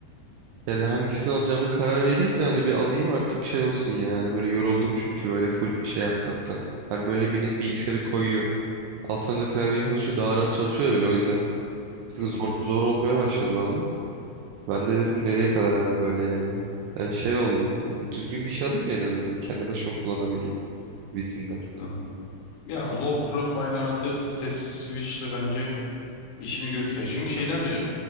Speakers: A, on the right; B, on the left.
A: yani hangisini alacağımı karar vereyim de hani bir alayım artık şey olsun ya. Hani böyle yoruldum çünkü böyle full şey yapmaktan. Hani böyle millet bilgisayarı koyuyor. Altına da klavye çalışıyor daha rahat çalışıyor ya böyle o yüzden. Artık
B: Hı
A: zor,
B: hı,
A: zor olmaya başladı bana. Ben de dedim nereye kadar abi böyle yani. Yani şey oldu. Hani düzgün bir şey alayım da en azından kendi başıma kullanabileyim. Visinden.
B: anladım. Ya low profile artı sessiz switchle bence işini görür. E, çünkü şeyden diyorum.